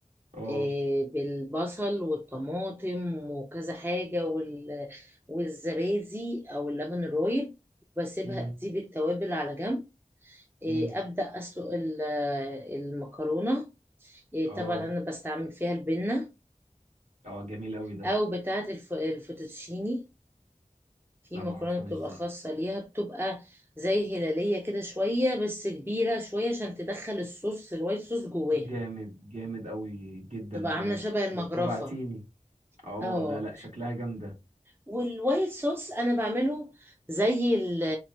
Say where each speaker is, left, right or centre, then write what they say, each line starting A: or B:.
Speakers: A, on the right; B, on the right.
A: اه
B: آه، بالبصل والطماطم وكذا حاجة وال... والزبادي أو اللبن الرايب واسيبها
A: امم
B: تسيب التوابل على جنب آه،
A: امم
B: أبدأ أسلق ال- المكرونة آه،
A: اه
B: طبعا أنا بستعمل فيها البنة
A: اه جميل قوي ده
B: أو بتاعة الف... الفوتوتشيني في
A: لا
B: مكرونة
A: ما اعرفهاش
B: بتبقى
A: دي
B: خاصة ليها بتبقى زي هلالية كده شوية بس كبيرة شوية عشان تدخل الصوص الوايت صوص جواها
A: جامد جامد قوي جدا
B: تبقى عاملة
A: دوت
B: شبه المجرفة
A: جوعتيني اه
B: اه
A: لا لا شكلها جامده
B: والوايت صوص انا بعمله زي ال-